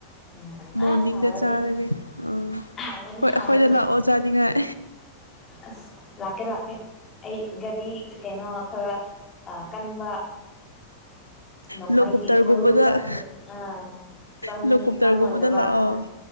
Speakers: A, on the left; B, on the right.
A: ꯎꯝ ꯑꯁ
B: ꯃꯣꯔꯅꯤꯡꯗ
A: ꯍꯥꯎꯔꯅꯤ
B: ꯆꯥꯔꯒꯦꯥ ꯑꯩꯣꯏ
A: ꯍꯥꯎꯔꯅꯤ
B: ꯑꯩꯈꯣꯏꯗ
A: ꯍꯥꯎꯔꯅꯤ
B: ꯂꯥꯛꯑꯣ ꯆꯥꯅꯤꯡꯉꯥꯏ
A: ꯑꯁ ꯂꯥꯛꯀꯦ ꯂꯥꯛꯀꯦ ꯑꯩ ꯒꯥꯔꯤ ꯀꯩꯅꯣ ꯈꯔ ꯀꯟꯕ ꯅꯣꯡꯃꯩꯒꯤ
B: ꯂꯣꯀꯨꯞꯇꯔꯒꯨꯝꯕꯗ
A: ꯃꯔꯨ ꯆꯪ ꯑꯪ
B: ꯂꯣꯀꯨꯞꯇꯔꯒꯨꯝꯕꯗ
A: ꯆꯪꯉꯣꯏꯗꯕ
B: ꯂꯥꯛꯑꯣ
A: ꯑ